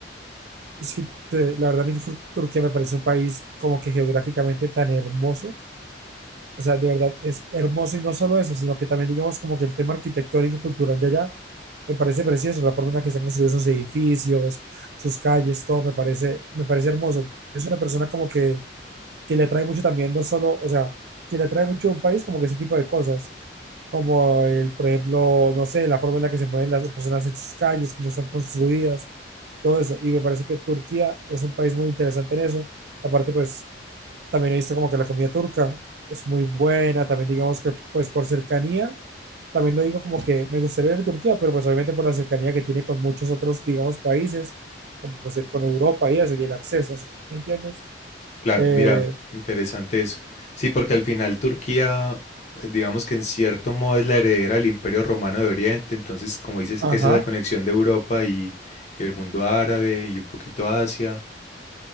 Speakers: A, on the right; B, on the left.
A: es que te- la verdad a mí Tur- Turquía me parece un país como que geográficamente tan hermoso O sea, de verdad es hermoso y no solo eso, sino que también digamos como que el tema arquitectónico cultural de allá me parece precioso, la forma en la que están construidos sus edificios, sus calles, todo me parece, me parece hermoso. Yo soy una persona como que, que le atrae mucho también, no solo, o sea, que le atrae mucho a un país como que ese tipo de cosas, como el, por ejemplo, no sé, la forma en la que se mueven las personas en sus calles, cómo están construidas, todo eso. Y me parece que Turquía es un país muy interesante en eso. Aparte, pues también he visto como que la comida turca es muy buena, también digamos que pues por cercanía, también lo digo como que me gustaría ir a Turquía, pero pues obviamente por la cercanía que tiene con muchos otros, digamos, países, como pues ir con Europa y eso, y el acceso, ¿sí me entiendes?
B: Claro,
A: Eh,
B: mira, interesante eso. Sí, porque al final Turquía, eh, digamos que en cierto modo es la heredera del Imperio Romano de Oriente, entonces, como dices,
A: ajá,
B: esa es la conexión de Europa y, y el mundo árabe y un poquito Asia.